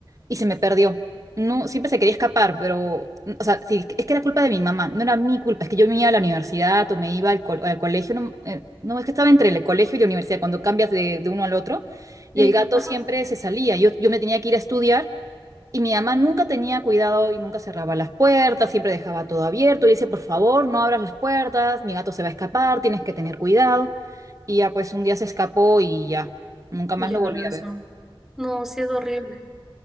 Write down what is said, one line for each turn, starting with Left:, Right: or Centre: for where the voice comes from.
Right: y se me perdió. No, siempre se quería escapar, pero, o sea, sí, es que era culpa de mi mamá, no era mi culpa, es que yo me iba a la universidad o me iba al, co- al colegio, no, eh, no, es que estaba entre el colegio y la universidad, cuando cambias de, de uno al otro, y
Centre: sí,
Right: el gato
Centre: ajá,
Right: siempre se salía, yo, yo me tenía que ir a estudiar, y mi mamá nunca tenía cuidado y nunca cerraba las puertas, siempre dejaba todo abierto, y decía, por favor, no abras las puertas, mi gato se va a escapar, tienes que tener cuidado, y ya pues un día se escapó y ya, nunca
Centre: y
Right: más
Centre: ya
Right: lo
Centre: no
Right: volví
Centre: regresaron.
Right: a ver.
Centre: No, sí es horrible.